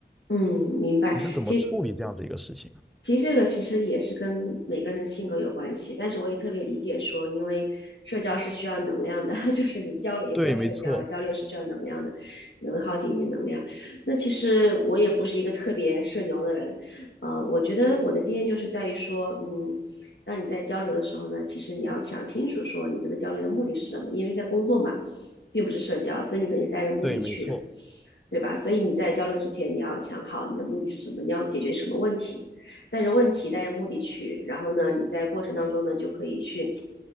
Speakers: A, on the left; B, in the centre.
A: 嗯，明白。
B: 你是怎么处理这样子一个事情啊？
A: 其实其实这个其实也是跟每个人的性格有关系，但是我也特别理解说，因为社交是需要能量的，<laughs> 就是你交流也不叫社交，
B: 对，没错，
A: 交流是需要能量的，能耗尽你的能量。那其实我也不是一个特别社牛的人，呃，我觉得我的经验就是在于说，嗯，当你在交流的时候呢，其实你要想清楚说你这个交流的目的是什么，因为在工作嘛，并不是社交，所以你肯定是带着目的去的。
B: 对，没错，
A: 对吧？所以你在交流之前，你要想好你的目的是什么，你要解决什么问题，带着问题，带着目的去。然后呢，你在过程当中呢，就可以去，